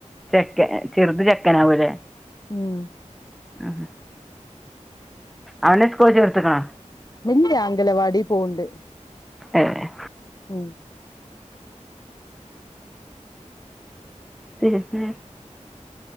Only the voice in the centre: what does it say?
ചെക്കൻ ചെർത് ചെക്കനാവൂലെ
ഉം അവനെ സ്കൂള് ചേർത്ത്ക്ണോ
ഏഹ്
പിന്നെ